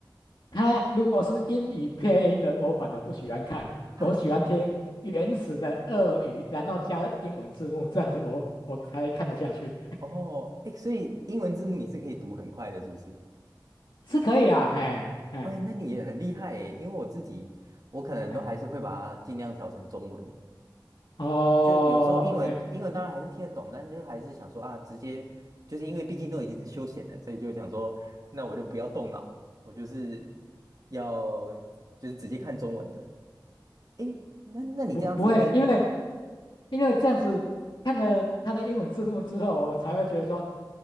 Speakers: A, on the left; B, on the right.
A: 它如果是英语配音的，我反而不喜欢看，
B: 啊。
A: 我喜欢听原始的俄语，然后加英文字幕，这样子我我才看得下去，
B: 哦，哎，所以英文字幕你是可以读很快的，是不是？
A: 是可以啊，哎。哎
B: 哎，那你也很厉害哎，因为我自己我可能都还是会把它尽量调成中文，
A: 哎，哦，OK，
B: 就有时候英文英文当然还是听得懂，但就还是想说啊，直接就是因为毕竟都已经是休闲了，所以就想说，那我就不要动脑，我就是要就是直接看中文的。诶，那那你这样子会
A: 不不会，因为因为这样子看了他的英文字幕之后，我才会觉得说